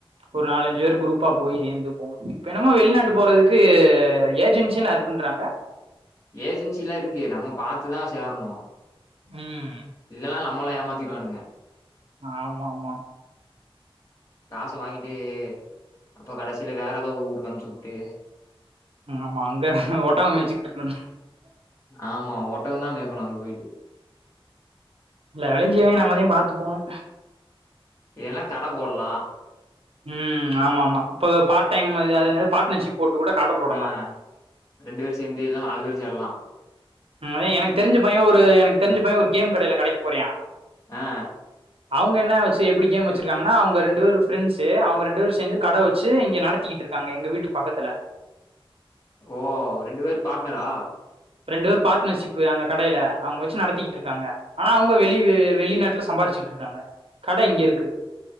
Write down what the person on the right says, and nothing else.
ஒரு நாலஞ்சு பேர் குரூப்பா போய் சேர்ந்து போகணு இப்ப என்னமோ வெளிநாட்டு போறக்கு ஏஜென்சில்ல இருக்குன்றாங்க
ம்
ஆமா மா
ஆமா அங்க ஓட்டோகோ மேய்ச்சுட்டு இருக்கணு
இல்ல வெளஞ்சிய நம்ப தா பாத்து போணு
உம் ஆமா ஆமா இப்ப பார்ட் டைம் மாரி அது என்ன பார்ட்னர்ஷிப் போட்டு கூட கட போடலா
ஆ மணி எனக்கு தெரிஞ்சு பைய ஒரு எனக்கு தெரிஞ்ச பைய ஒரு கேம் கடையில கடைக்கு போறியா
அவங்க என்ன வெச்சு எப்டி கேம் வெச்சிருக்காங்கன்னா அவங்க ரெண்டு பேரு ஃப்ரெண்ஸ்ஸு அவங்க ரெண்டு பேரு சேந்து கட வெச்சு இங்க நடத்திக்கிட்டு இருக்காங்க எங்க வீட்டு பக்கத்துல
ரெண்டு பேரு பார்ட்னர்ஷிப்பு அந்த கடையில அவங்க வெச்சு நடத்திக்கிட்டுருக்காங்க ஆனா அவங்க வெளி வெளிநாட்டுல சம்பாரிச்சுட்டுருக்காங்க கட இங்க இருக்கு